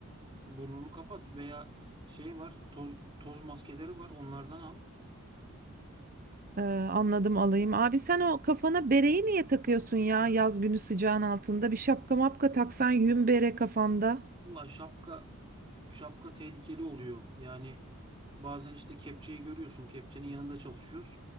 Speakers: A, on the right; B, on the right.
A: burnunu kapat veya şey var toz toz maskeleri var onlardan al.
B: Ee, anladım alayım. Abi sen o kafana bereyi niye takıyorsun ya yaz günü sıcağın altında? Bir şapka mapka taksan yün bere kafanda.
A: Valla şapka şapka tehlikeli oluyor. Yani bazen işte kepçeyi görüyorsun. Kepçenin yanında çalışıyoruz.